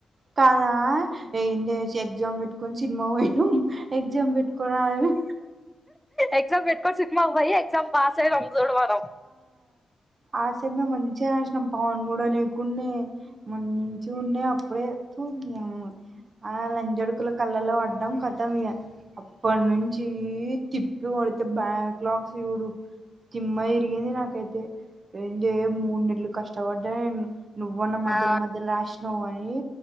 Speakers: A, on the right (about 35°); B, in the centre.
A: కాదా ఏంటి ఎగ్జామ్ పెట్టుకొని సినిమా పోయినా ఎగ్జమ్ పెట్టుకొని అ
B: ఎక్జామ్ పెట్టుకోని సినిమా భయ ఎక్సామ్ పాస్ అయినం చూడు మనం
A: ఆసమ మంచిగా నసినం పవన్ కూడా లేకుండే మంచిగుంది అప్పుడే దినంమ్మ ఆ లంజడుకుల కళ్ళలో పడ్డంం కథ ఇప్పటి నుంచి తిప్పులు కొడితే బ్యాక్ లాగస్ చూడు తిమ్మ ఎంది నాకైతే ఏంది మూడు నెలలు కష్టపడ్డా అయింది నువ్వన్న మొదల
B: ఆ
A: మొద్ అష్ట స్నో అని